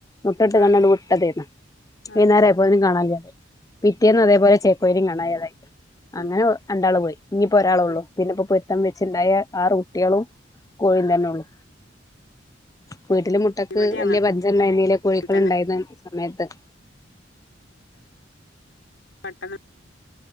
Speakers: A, on the left; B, on the left.
A: മുട്ടട്ട്കാണ്ട്
B: ഉം
A: ആണ്ട് വ്ട്ടതേന്ന്
B: ഉം
A: വൈന്നാരയപ്പോതിന് കാണാനില്ല പിറ്റേന്നതേ
B: ഉം
A: കോഴിനിം കാണയതായി അങ്ങനെ
B: ഉം
A: രണ്ടാള് പോയി ഇനിപ്പം ഒരാളൊള്ളൂ
B: ഉം
A: പിന്നെപ്പം പൊര്ത്തം
B: ഉം
A: വെച്ച് ണ്ടായ ആറ് കുട്ട്യേളും കോയിം തന്നൊള്ളു വീട്ടില് മുട്ടക്ക്
B: ഇവിടിം
A: വല്യ
B: അങ്ങനെ
A: പഞ്ചണ്ടായ്നില്ല കോഴികള്
B: തന്നെ
A: ഉണ്ടായിര്ന്ന് സമയത്ത്
B: പെട്ടന്ന്